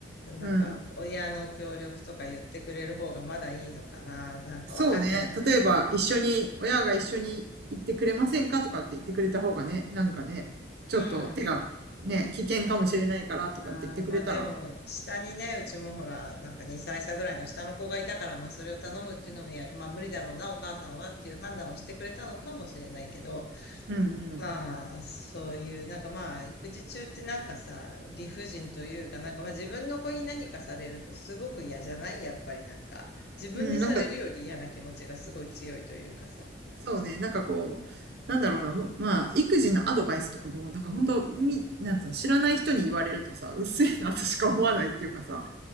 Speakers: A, on the left; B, on the right.
A: なんか、
B: うん。
A: 親の協力とか言ってくれる方がまだいいのかな、なんかわかんないな。
B: そうね。例えば、一緒に、親が一緒に行ってくれませんかとかって言ってくれた方がね、なんかね、ちょっと手がね、
A: うん。
B: 危険かもしれないからとかって言ってくれたら、
A: ああ、まあでも、下にね、うちもほら、なんか2歳差ぐらいの下の子がいたから、まあそれを頼むっていうのもや、まあ無理だろうな、お母さんはっていう判断をしてくれたのかもしれないけど、
B: うんうん。
A: まあ、そういう、なんかまあ、育児中ってなんかさ、理不尽というか、なんかまあ自分の子に何かされるとすごく嫌じゃないやっぱりなんか、自分にされるより嫌な気持ちがすごい強いというかさ。
B: うん、なんかそうね、なんかこう、なんだろうな、もまあ、育児のアドバイスとかも、なんか本当み、なんつうの、知らない人に言われるとさ、うっせえなとしか思わないっていうかさ、